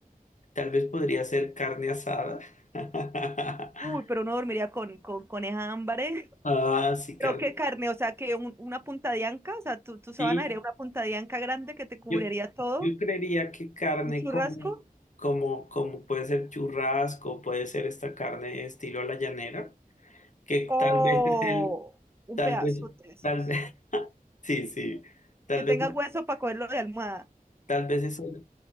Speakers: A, on the left; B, on the right.
A: tal vez podría ser carne asada. <laughs>
B: Uy, pero uno dormiría con, con, con esa hambre.
A: Ah,
B: <laughs>
A: sí,
B: Creo
A: carne.
B: que carne, o sea, que un- una punta de anca, o sea, tu, tu sábana
A: Sí,
B: sería una punta de anca grande que te cubriría
A: yo,
B: todo,
A: yo creería que carne
B: un churrasco
A: como, como, como puede ser churrasco, puede ser esta carne estilo a la llanera, que
B: o
A: tal vez es el,
B: un
A: tal
B: pedazo
A: vez,
B: de esos.
A: tal vez, <laughs> sí, sí, tal
B: Que tenga
A: vez,
B: hueso para cogerlo de almohada.
A: tal vez es el